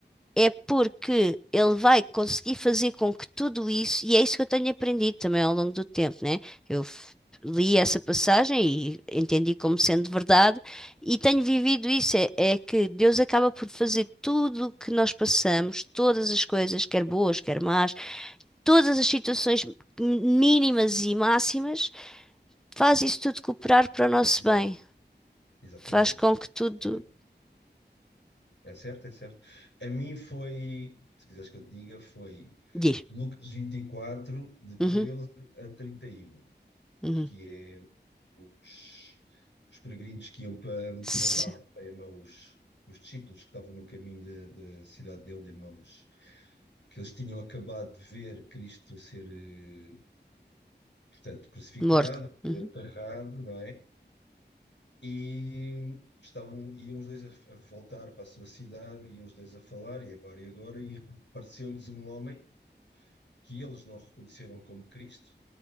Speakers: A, in the centre; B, on the left.
A: é porque ele vai conseguir fazer com que tudo isso, e é isso que eu tenho aprendido também ao longo do tempo, né? Eu f- li essa passagem e entendi como sendo verdade, e tenho vivido isso, é, é que Deus acaba por fazer tudo o que nós passamos, todas as coisas, quer boas, quer más, todas as situações mínimas e máximas, faz isso tudo cooperar para o nosso
B: Exato,
A: bem,
B: exatamente,
A: faz com que tudo
B: exatamente. É certo, é certo. A mim foi, se quiseres que eu te diga, foi
A: diz.
B: Lucas 24 de treze
A: Uhum,
B: a trinta e um
A: uhum.
B: que é os, os peregrinos que iam para,
A: Se-
B: que voltavam para Emaús, os discípulos que estavam no caminho da da cidade dele, Emaús, que eles tinham acabado de ver Cristo ser, eh, portanto, crucificado,
A: Morto.
B: enterrado,
A: Uhum.
B: não é? E estavam, iam os dois a, a voltar para a sua cidade, iam os dois a falar, e agora, e agora, e apareceu-lhes um homem que eles não reconheceram como Cristo,